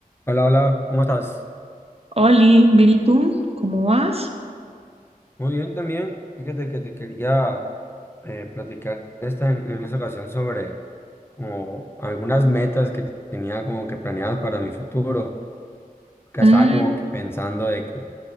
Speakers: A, on the left; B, on the right.
A: Hola, hola, ¿cómo estás?
B: Oli, bien, ¿y tú? ¿Cómo vas?
A: Muy bien también. Fíjate que te quería eh, platicar esta, en, en esta ocasión sobre como algunas metas que tenía como que planeadas para mi futuro, que
B: Mm,
A: estaba como que pensando de que,